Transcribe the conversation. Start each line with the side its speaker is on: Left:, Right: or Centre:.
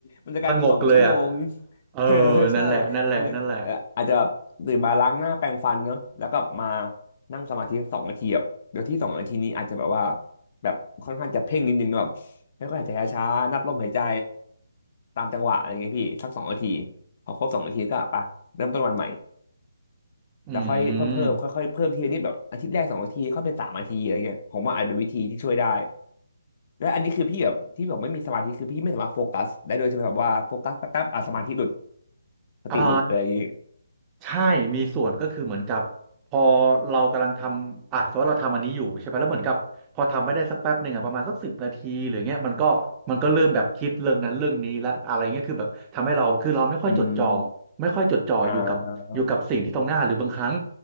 Left: มันจะกลายเป็นสองชั่วโมง
Right: ผงกเลยอ่ะ
Left: <laughs>
Right: เออ
Left: เออใช่
Right: นั่นแหละนั่นแหละนั่นแหละ
Left: มันจะเอ่ออาจจะแบบตื่นมาล้างหน้าแปรงฟันเนอะแล้วก็มานั่งสมาธิสองนาทีแบบเดี๋ยวที่สองนาทีนี้อาจจะแบบว่าแบบค่อนข้างจะเพ่งนิดนึงเนอะแบบไม่ค่อยหายใจช้าๆนับลมหายใจ ตามจังหวะอะไรเงี้ยพี่ สักสองนาทีพอครบสองนาทีก็ไปเริ่มต้นวันใหม่
Right: อืม
Left: แล้วค่อยเพิ่มเพิ่มค่อยๆเพิ่มทีละนิดแบบอาทิตย์แรกสองอาทิตย์ค่อยเป็นสามอาทิตย์อะไรเงี้ยผมว่าอาจเป็นวิธีที่ช่วยได้และอันนี้คือพี่แบบที่บอกไม่มีสมาธิคือพี่ไม่สามารถโฟกัสได้ด้วยใช่ไหมแบบว่าโฟกัสแป๊บๆอ่ะสมาธิหลุดสติหลุดเลยอย่างงี้
Right: อ่าใช่มีส่วนก็คือเหมือนกับพอเรากำลังทำอ่ะสมมติเราทำอันนี้อยู่ใช่ไหมแล้วเหมือนกับพอทำไม่ได้สักแป๊บหนึ่งอ่ะประมาณสักสิบนาทีหรือเงี้ยมันก็มันก็เริ่มแบบคิดเรื่องนั้นเรื่องนี้และอะไรเงี้ยคือแบบทำให้เราคือเราไม่ค่อยจดจ่อ
Left: อืม
Right: ไม่ค่อยจดจ่ออยู่กับอยู่กับสิ่งที่ตรงหน้าหรือบางครั้ง
Left: อ่า